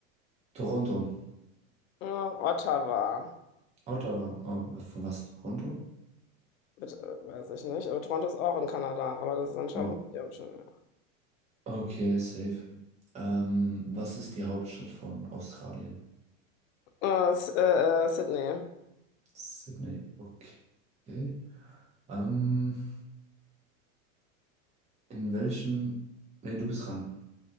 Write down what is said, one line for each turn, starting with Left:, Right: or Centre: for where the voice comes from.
Right: Toronto.
Left: Ja, Ottawa.
Right: Ottawa. Oh, von was? Toronto?
Left: Bitte, äh, weiß ich nicht. Aber Toronto ist auch in Kanada, aber das ist anscheinend
Right: Oh,
Left: nicht der Ocean.
Right: Okay, safe. Ähm, was ist die Hauptstadt von Australien?
Left: Äh, S- äh, äh, Sydney.
Right: Sydney. Okay. Ähm, in welchem... Ne, du bist dran.